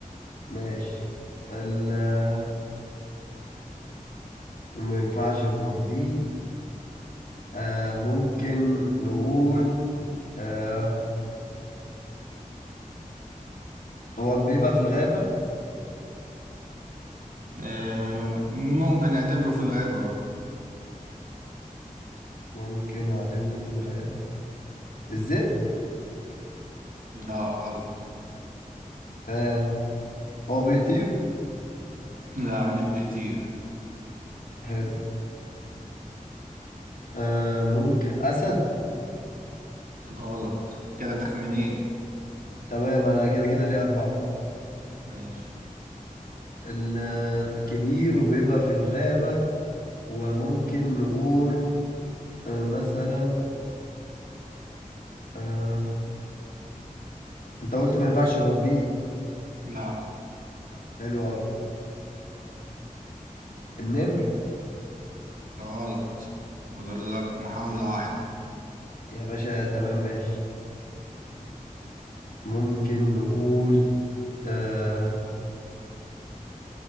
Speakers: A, on the left; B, on the right.
A: ماشي الكبير وما ينفعش نربيه آه ممكن نقول آه هو بيبقى في الغابة
B: آه ممكن نعتبره في الغابة
A: ممكن أعتبره في الغابة الذئب
B: لا غلط
A: تمام هو بيطير
B: لا مش بيطير
A: حلو آه ممكن أسد
B: غلط كده تخمينين
A: تمام أنا كده كده ليه أربعة
B: ماشي
A: الكبير وبيبقى في الغابة وممكن نقول آه مثلا آه أنت قلت ما ينفعش نربيه
B: لا
A: حلو أوي النمر
B: غلط فاضل لك محاولة واحدة
A: يا باشا تمام ماشي ممكن نقول آه